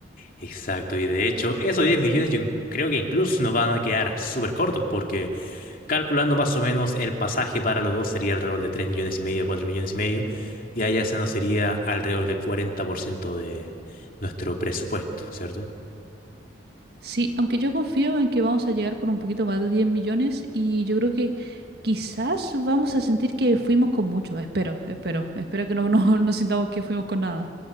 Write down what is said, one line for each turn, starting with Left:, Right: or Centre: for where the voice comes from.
Left: exacto. Y de hecho, esos 10 millones yo creo que incluso nos van a quedar súper cortos porque... calculando más o menos el pasaje para los dos sería alrededor de 3 millones y medio, 4 millones y medio, y allá se nos sería alrededor del 40% de nuestro presupuesto, ¿cierto?
Right: Sí, aunque yo confío en que vamos a llegar con un poquito más de 10 millones y yo creo que quizás vamos a sentir que fuimos con mucho. Espero, espero, espero que no, <laughs> no, no sintamos que fuimos con nada.